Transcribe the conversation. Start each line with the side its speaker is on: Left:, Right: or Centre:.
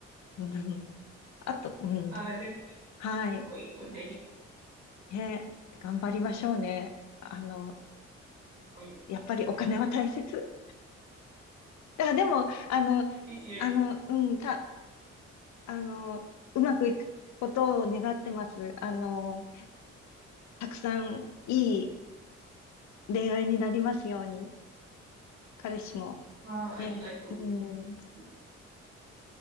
Left: うん。あと、うん。
Right: あー、なんかす
Left: はい。
Right: ごい同じ
Left: ねえ、頑張りましょうね。あの、
Right: 考えです。
Left: やっぱりお金は大切。あ、でも、あの、
Right: ですよね。
Left: あの、うん、た、あの、うまくいくことを願ってます。あの、たくさんいい恋愛になりますように、彼氏も。
Right: ああ、ありがとうございます。
Left: ね、うん。